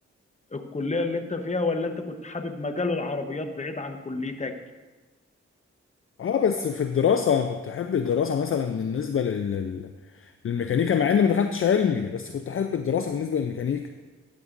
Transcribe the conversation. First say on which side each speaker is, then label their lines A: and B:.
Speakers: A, on the left; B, on the left.
A: الكلية اللي انت فيها ولا انت كنت حابب مجال العربيات بعيد عن كليتك
B: اه بس في الدراسة انا كنت احب الدراسة مثلا بالنسبة لل... لل- للميكانيكا مع اني ما دخلتش علمي بس كنت احب الدراسة بالنسبة للميكانيكا